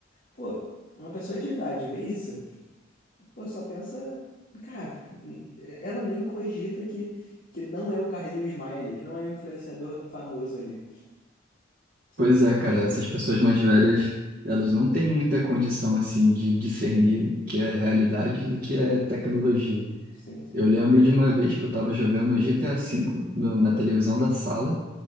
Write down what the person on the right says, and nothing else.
Pois é, cara, essas pessoas mais velhas, elas não têm muita condição, assim, de discernir o que é realidade do que é tecnologia.
Eu lembro de uma vez que eu tava jogando GTA V no- na televisão da sala